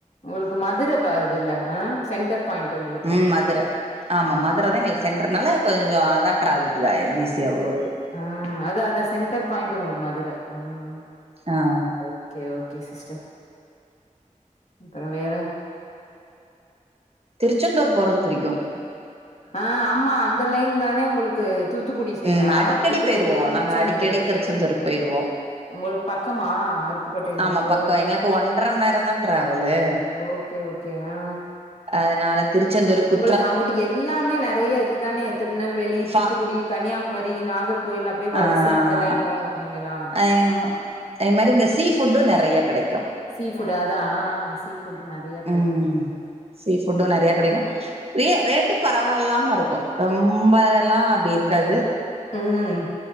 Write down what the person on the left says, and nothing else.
உங்களுக்கு மதுர ப இது இல்ல அ சென்டர் பாயிண்ட் உங்களுக்கு
ஆ
ஆ அதா அதா சென்டர் பாயிண்ட் உங்களுக்கு மதுர ம்
ஓகே ஓகே சிஸ்டர் அப்பறம் வேற
ஆ ஆமா அந்த லைன் தானே உங்களுக்கு தூத் தூத்துக்குடி சைடா
தூத்துக்குடி
திருச்செந்தூரு
உங்களுக் பக்கமா அருப்புக்கோட்டையில
இருந்து
ஓகே ஓகே ஆ
க்க அங்குட்டு எல்லாமே நெறைய இதுதானே திருநெல்வேலி
தூத்துக்குடி கன்னியாகுமரி நாகர் கோயில் அப்டியே வரிசையா
அந்த லைனோ நீங்க எல்லா
சீ ஃபுட் அதான் சீ ஃபுட் நெறைய கெடைக்கும்
உங்களுக்கு
ஓ
ம்